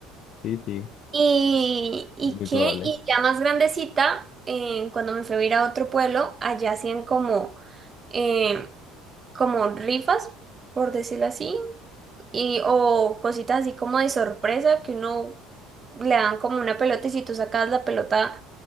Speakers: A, on the left; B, on the right.
A: Sí, sí,
B: Y, ¿y
A: es muy probable.
B: qué? Y ya más grandecita, em, cuando me fui a ir a otro pueblo, allá hacían como, em, como rifas, por decirlo así, y o cositas así como de sorpresa que uno le dan como una pelota y si tú sacas la pelota